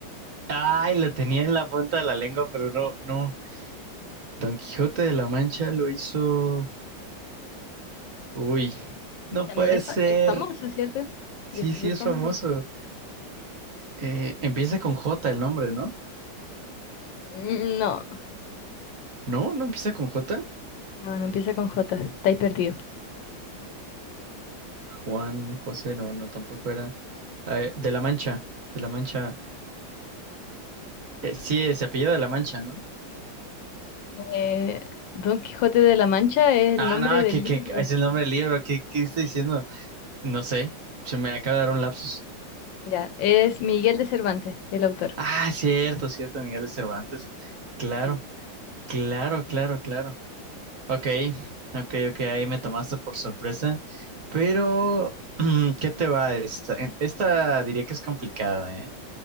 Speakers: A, on the right; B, on the left.
A: Ay, lo tenía en la punta de la lengua, pero no, no. Don Quijote de la Mancha lo hizo. Uy, no
B: También
A: puede
B: es,
A: ser.
B: fa- es famoso, ¿cierto?
A: Sí,
B: Es súper
A: sí, es
B: famoso.
A: famoso. Eh, empieza con J el nombre, ¿no?
B: Mm, No,
A: No, no empieza con J.
B: no, no empieza con J, estáis perdido.
A: Juan, José, no, no, tampoco era. Eh, de la Mancha, de la Mancha. Eh, sí, se apellida de la Mancha, ¿no?
B: Eh, Don Quijote de la Mancha es
A: Ah,
B: el nombre
A: no,
B: del
A: que,
B: libro.
A: que que es el nombre del libro. ¿Qué, qué estoy
B: Sí.
A: diciendo? No sé, se me acaba de dar un lapsus.
B: Ya, es Miguel de Cervantes, el autor.
A: Ah, cierto, cierto, Miguel de Cervantes. Claro,
B: Sí.
A: claro, claro, claro. Ok, ok, ok, ahí me tomaste por sorpresa. Pero, <clears throat> mm, ¿qué te va esta? En- Esta diría que es complicada, ¿eh?